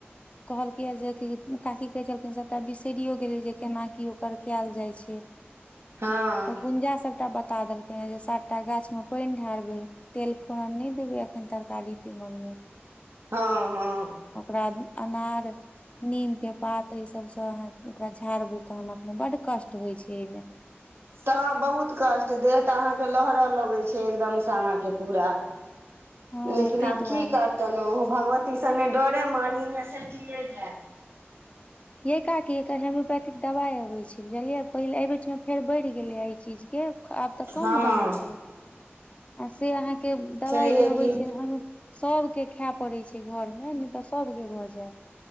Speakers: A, on the left; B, on the right.
A: कहलकै या जे की काकी कहैे छलखिन सबटा बिसरियो गेलियै जे केना की ओकर कायल जाय छै
B: हँ
A: तऽ गुंजा सबटा बता देलकैया जे सातटा गाछ मे पानि ढारबै तेल फोड़न नय देबै एखन तरकारी तिमन मे
B: हँ हँ
A: ओकरा अनार नीम के पात इ सब स अहाँ ओकरा झारबै तहन अपने बड कष्ट होय छै अय मे
B: तह बहुत कष्ट देह तऽ अहाँ के लहरऽ लगै छै एकदम से अहाँ के पूरा
A: <inaudible>
B: लेकिन
A: ताहि
B: आब
A: दुआरे
B: की करतन ओ भगवती सने डरे मानी ने स्टियरिंग जाय
A: यय काकी एकर होेम्योपेथिक दवाई अबै छै बुझलियै पहिले एहि बीच मे फेर बढ़ि गेलय या ई चीज यऊ आब तऽ कम
B: हँ
A: भऽ जाइ छै आ से अहाँके दबाई
B: छैहे
A: जे अबै
B: की
A: छै घर मे सब के खायए पड़ैत छै घर मे नहि तऽ सब के भऽ जायत